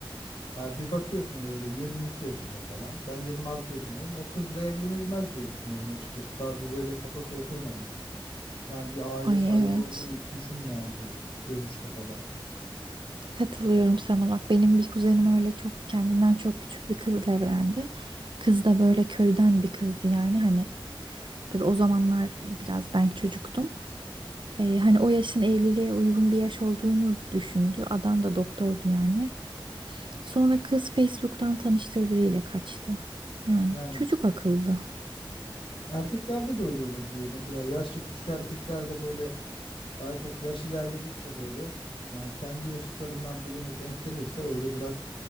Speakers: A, on the left; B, on the right.
A: Ya bir bakıyorsun böyle 22 yaşında falan. Ben 26 yaşındayım. O kızla evlenilmez diye düşünüyorum açıkçası. Daha bir böyle kafası oturmamış. Yani bir aile
B: Ay
A: sahibi
B: evet.
A: olmayı düşünmeyen bir görüşte falan.
B: Katılıyorum sana bak benim bir kuzenim öyle çok kendinden çok küçük bir kızla evlendi. Kız da böyle köyden bir kızdı yani hani tabii o zamanlar biraz ben çocuktum. Ee, hani o yaşın evliliğe uygun bir yaş olduğunu düşündü. Adam da doktordu yani. Sonra kız Facebook'tan tanıştığı biriyle kaçtı. Yani
A: Yani
B: çocuk akıllı.
A: erkeklerde de öyle olabiliyor. Mesela yaşça küçük erkeklerde böyle daha çok yaş ilerledikçe böyle yani kendi yaşıtlarından birine denk gelirse öyle biraz